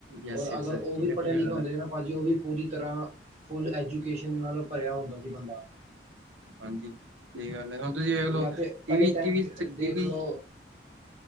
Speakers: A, on the right; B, on the right.
A: ਯੈਸ
B: ਔਰ
A: ਯੈਸ
B: ਅਗਰ ਉਹ
A: ਠੀਕ
B: ਵੀ
A: ਹੈ
B: ਪੜ੍ਹਿਆ
A: ਠੀਕ ਹੈ
B: ਲਿਖਿਆ
A: ਗੱਲ
B: ਹੁੰਦਾ
A: ਹੈ।
B: ਨਾ ਭਾਜੀ ਉਹ ਵੀ ਪੂਰੀ ਤਰ੍ਹਾਂ ਫੁੱਲ ਐਜੂਕੇਸ਼ਨ ਨਾਲ ਭਰਿਆ ਹੁੰਦਾ ਸੀ ਬੰਦਾ
A: ਹਾਂਜੀ ਸਹੀ ਗੱਲ ਹੈ ਹੁਣ ਤੁਸੀਂ ਵੇਖ ਲਓ,
B: ਜਾਂ ਤੇ ਪਹਿਲੇ
A: ਟੀਵੀ
B: ਟਾਈਮ
A: -ਟੀਵੀ
B: 'ਚ
A: -ਟੀਵੀ
B: ਦੇਖ ਲਓ
A: 'ਚ